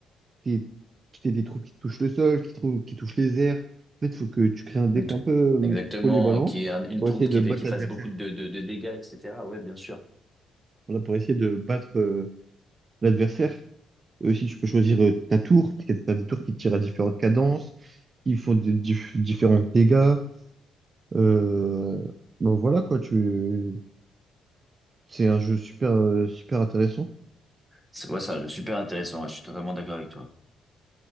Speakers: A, on the right (about 35°); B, in the centre.
A: t'aies, t'aies des trous qui touchent le sol, qui, trou- qui touchent les airs. En fait, faut que tu crées un deck
B: Une tou-
A: un peu euh,
B: Exactement,
A: polyvalent
B: qui est un- une
A: pour
B: troupe
A: essayer de
B: qui
A: battre
B: fait, qui
A: l'adversaire.
B: fasse beaucoup de, de, de dégâts, etc. Ouais, bien sûr.
A: Voilà, pour essayer de battre euh, l'adversaire. Euh, Aussi, tu peux choisir euh, ta tour, parce que t'as des tours qui tirent à différentes cadences ils font des diff- différents dégâts. Euh, ben voilà quoi, tu C'est un jeu super, euh, super intéressant.
B: C'est ouais, ça, super intéressant, ouais, je suis totalement d'accord avec toi.